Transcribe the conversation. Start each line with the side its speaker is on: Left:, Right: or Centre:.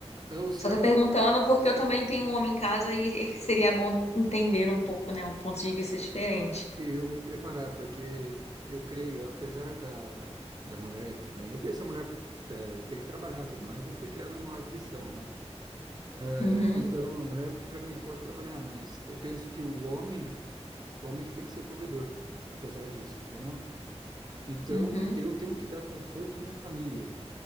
Right: É o certo
Left: Só tô perguntando
Right: pra
Left: porque eu também tenho um homem em casa e seria bom entender um pouco, né? Um ponto de vista diferente.
Right: eu me preparar, porque eu creio, apesar da, da mulher também, eu penso a mulher é, tem que trabalhar e tudo mais, eu fui criado num lar cristão, né? É,
Left: Uhum,
Right: então a mulher para mim ela pode trabalhar, mas eu penso que o homem O homem que tem que ser o provedor, apesar disso, entendeu? Então,
Left: uhum,
Right: eu tenho que dar conforto à minha família.